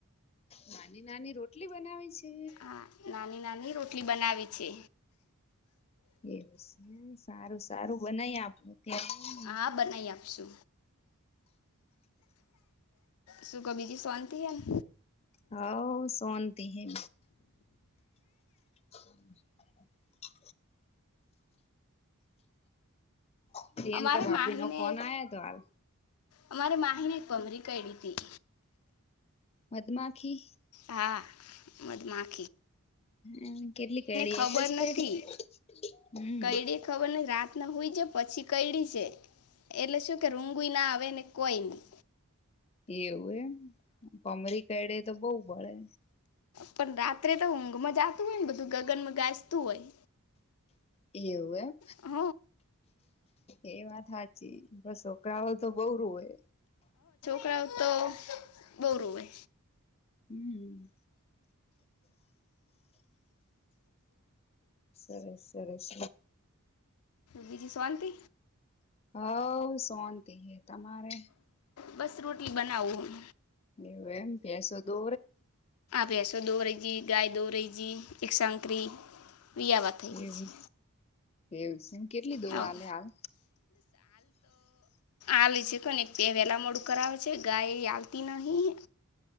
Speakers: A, on the left (about 25°); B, on the left (about 85°).
A: નાની નાની રોટલી બનાવી છે.
B: આ નાની નાની રોટલી બનાવી છે.
A: એવ એમ સારું સારું બનાવી આપું. અત્યારે
B: હા બનાવી આપશુ. શું ક બીજી શોંતિ એને.
A: હા શોનતી હૈ. <inaudible> પ્રિયંકા
B: અમારે
A: ભાભી
B: માહીને
A: નો ફોન આયો હતો હાલ.
B: અમારે માહીને એક ભમરી કેય્ડી હતી
A: મધમાખી.
B: હા મધમાં.
A: એમ કેટલી કયડી
B: ખબર
A: એક જ કયડી
B: નથી
A: હમ
B: કયડી ખબર ને રાત હોય છે પછી કયડી છે એટલે શું કે રુંગુ ના આવે ને કોઈ ની.
A: એવું એમ ભમરી કયડે તો બહુ બળે
B: પણ રાત્રે તો ઊંઘમાં જાતું હોય ને બધું ગગનમાં ગાજતું હોય.
A: એવું એમ.
B: હ
A: એ વાત હાચી બસ છોકરાઓ તો બહ રુંવે
B: રોવતો બવ રોવે
A: હમ્મ સરસ સરસ
B: બીજી શોન્તિ
A: હવ શોંતિ હે તમારે
B: બસ રોટલી બનાવું હું
A: એવું એમ ભેંસો તો
B: ભૈસો દોવ રહી જી ગાય દોવ રહી જી એકસંગ બકરી બિયાબ થઈ રહી
A: એવું
B: છે
A: એવું સે એમ કેટલી દોવા
B: હવ
A: હલે હાલ
B: આલે છે કોને તે વેલા મોડું કરાવે છે ગાય આલતી નહીં